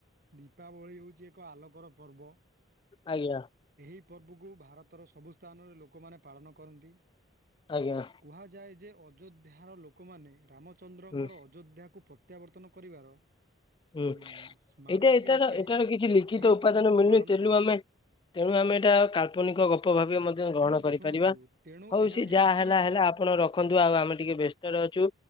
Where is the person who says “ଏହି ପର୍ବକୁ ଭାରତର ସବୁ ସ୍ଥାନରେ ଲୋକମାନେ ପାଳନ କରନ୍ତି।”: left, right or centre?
Right